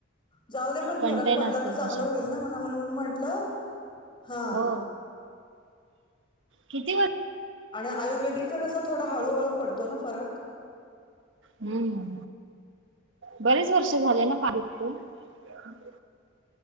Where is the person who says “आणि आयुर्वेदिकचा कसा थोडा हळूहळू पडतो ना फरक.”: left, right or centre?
Left